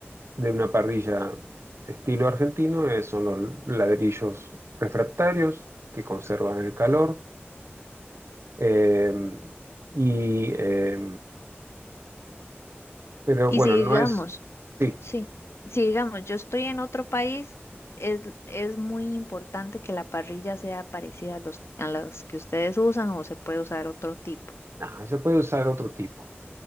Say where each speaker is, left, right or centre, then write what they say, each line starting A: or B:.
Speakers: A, on the right (about 75°); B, on the left (about 75°).
A: de una parrilla estilo argentino es- son los ladrillos refractarios que conservan el calor. eh, y, eh, pero
B: Y
A: bueno,
B: si
A: no
B: digamos,
A: es... Sí,
B: sí, si digamos, yo estoy en otro país, es, es muy importante que la parrilla sea parecida a los, a las que ustedes usan o se puede usar otro tipo.
A: no, se puede usar otro tipo.